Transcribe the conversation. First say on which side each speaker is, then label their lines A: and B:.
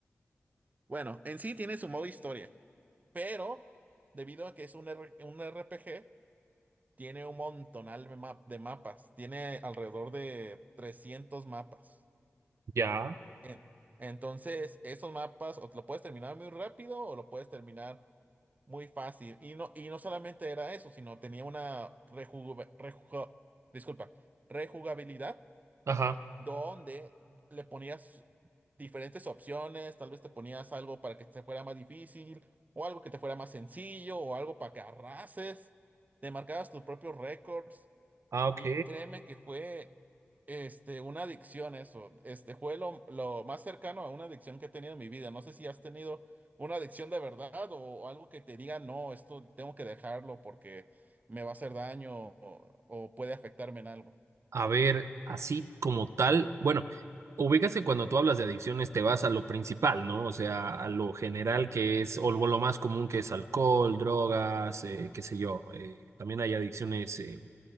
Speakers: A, on the right; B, on the right.
A: Bueno, en sí tiene su modo historia, pero debido a que es un, R- un RPG, Tiene un montonal de ma- de mapas. Tiene alrededor de 300 mapas.
B: Ya.
A: En- Entonces, esos mapas o te lo puedes terminar muy rápido o lo puedes terminar muy fácil. Y no, y no solamente era eso, sino tenía una rejuve- rejuga- disculpa, rejugabilidad
B: Ajá.
A: donde le ponías diferentes opciones. Tal vez te ponías algo para que te fuera más difícil o algo que te fuera más sencillo o algo para que arrases. Te marcabas tus propios récords.
B: Ah, ok.
A: Y créeme que fue este, una adicción eso. Este fue lo, lo más cercano a una adicción que he tenido en mi vida. No sé si has tenido una adicción de verdad o, o algo que te diga, no, esto tengo que dejarlo porque me va a hacer daño o, o puede afectarme en algo.
B: A ver, así como tal. Bueno, ubicas que cuando tú hablas de adicciones te vas a lo principal, ¿no? O sea, a lo general que es, o lo más común que es alcohol, drogas, eh, qué sé yo. eh, también hay adicciones. eh,